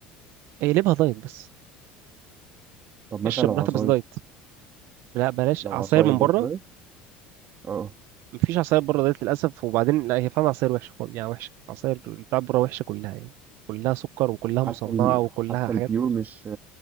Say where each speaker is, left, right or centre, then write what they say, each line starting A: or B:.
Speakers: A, on the right; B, on the right.
A: اقلبها دايت بس
B: طب مثلا
A: اشرب
B: لو
A: براحتك
B: عصاير
A: بس دايت لا بلاش
B: لو
A: عصاير
B: عصاير
A: من
B: برضو
A: بره
B: دايت اه
A: مفيش عصاير بره دايت للاسف وبعدين لا هي فعلا عصاير وحشه خالص يعني وحشه عصاير بتاعت بره وحشه كلها يعني كلها سكر وكلها
B: حتى
A: مصنعة
B: ال...
A: وكلها
B: حتى
A: حاجات
B: البيور مش